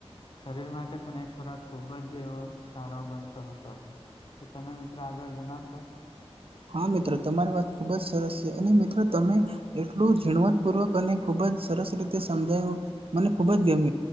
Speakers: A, on the left; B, on the right.
A: શરીર માટે પણ એક ખોરાક ખૂબ જ એવો સારો બનતો હતો તો તમે મિત્રો આગળ જણાવશો
B: હા મિત્રો તમારી વાત ખુબ જ સરસ છે અને મિત્રો તમે એટલું ઝીણવતપૂર્વક અને ખૂબ જ સરસ રીતે સમજાયું મને ખૂબ જ ગમ